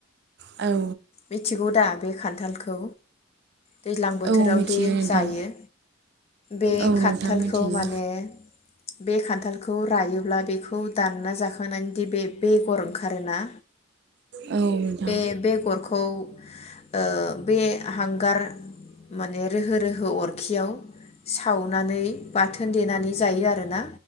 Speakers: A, on the right (about 55°); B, on the left (about 30°).
A: औ
B: मिथिगौ दा बे खान्थालखौ दैज्लां बोथोरावदि
A: औ मिथियो नोंथां
B: जायो बे
A: औ
B: खान्थालखौ
A: नोंथां मिथियो
B: माने बे खान्थाल खौ रायोब्ला बेखौ दानना जाखांनानैदि बे बेगर ओंखारोना
A: औ नोंथां
B: बे बेगरखौ ओ बे हांगार माने रोहो रोहो अरखियाव सावनानै बाथोन देनानै जायो आरोना